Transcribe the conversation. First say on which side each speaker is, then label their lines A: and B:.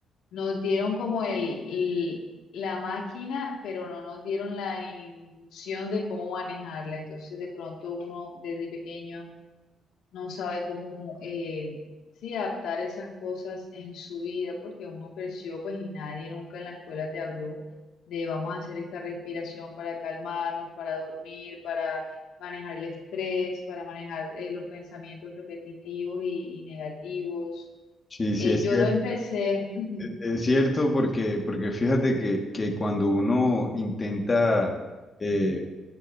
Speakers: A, on the left; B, on the left.
A: Nos dieron como el, el- la máquina, pero no nos dieron la inducción de cómo manejarla. Entonces, de pronto uno desde pequeño no sabe cómo eh, sí adaptar esas cosas en su vida, porque uno creció pues y nadie nunca en la escuela te habló de vamos a hacer esta respiración para calmarnos, para dormir, para manejar el estrés, para manejar eh, los pensamientos repetitivos y, y negativos.
B: Sí, sí,
A: Eh,
B: es
A: yo
B: cierto,
A: lo empecé ujú,
B: es cierto porque, porque fíjate que, que cuando uno intenta, eh,